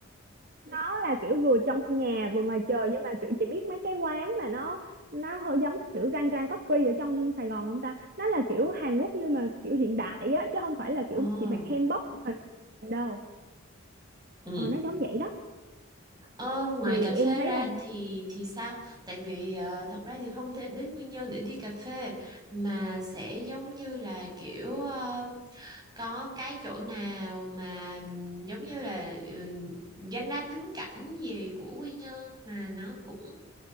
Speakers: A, on the right; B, on the right.
A: nó là kiểu vừa trong nhà vừa ngoài trời nhưng mà kiểu chị biết mấy cái quán mà nó nó hơi giống kiểu rang rang coffee ở trong Sài Gòn không ta nó là kiểu Hàn Quốc nhưng mà kiểu hiện đại á chứ không phải là
B: Ồ,
A: kiểu chị mặc hanbok chụp hình đâu
B: ừ
A: ờ, nó giống vậy đó
B: Ờ, ngoài
A: thì
B: cà phê
A: em thấy
B: ra
A: là
B: thì thì sao? Tại vì ờ, thật ra thì không thể đến nguyên nhân để đi cà phê mà sẽ giống như là kiểu ờ, có cái chỗ nào mà ừm, giống như là ừ, danh lam thắng cảnh gì của Quy Nhơn mà nó cũng